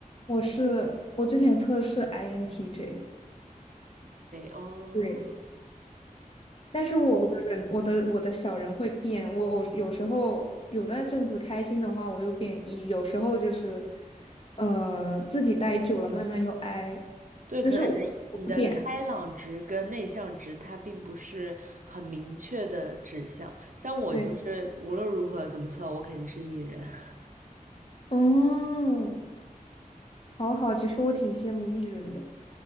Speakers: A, on the left; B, on the right.
A: 我是我之前测试 INTJ，
B: 哦，
A: 对，但是我的人，我的我的小人会变，我我有时候有段阵子开心的话，我又变 E，有时候就是，呃，自己待久了慢慢又 I，
B: 对，
A: 就是我我会变，
B: 可能你的你的开朗值跟内向值它并不是很明确的指向，像我就是无论如何怎么测，
A: 对，
B: 我肯定是 E 人。<laughs>
A: 嗯，好好，其实我挺羡慕 E 人的，